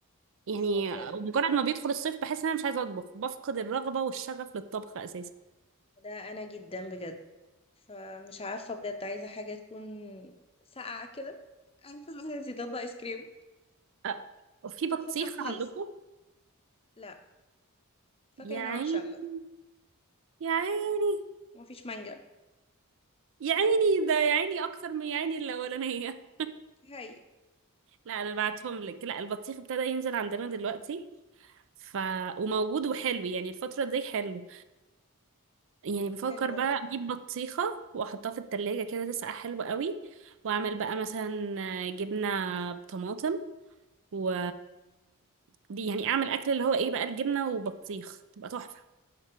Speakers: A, on the right; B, on the left.
A: يعني
B: اه بجد
A: مجرد ما بيدخل الصيف بحس ان انا مش عايزة اطبخ بفقد الرغبة والشغف للطبخ اساسا
B: ده انا جدا بجد فمش عارفه بجد عايزه حاجه تكون ساقعه كده عارفه مثلا زي ضد ايس كريم
A: اه في بطيخ
B: ما تاخدش وقت خالص
A: عندكم؟
B: لا فاكهه
A: يا عيني
B: هنا وحشه عامه
A: يا عيني
B: مفيش مانجا
A: يا عيني ده يا عيني اكتر من يا عيني الاولانية
B: هاي
A: <laughs> لا انا بعتهم لك لا البطيخ ابتدى ينزل عندنا دلوقتي ف وموجود وحلو يعني الفترة دي حلو يعني
B: طب
A: بفكر
B: حلو والله
A: بقى اجيب بطيخة واحطها في التلاجة كده تسقع حلو قوي واعمل بقى مثلا جبنة بطماطم و دي يعني اعمل اكل اللي هو ايه بقى الجبنة وبطيخ تبقى تحفة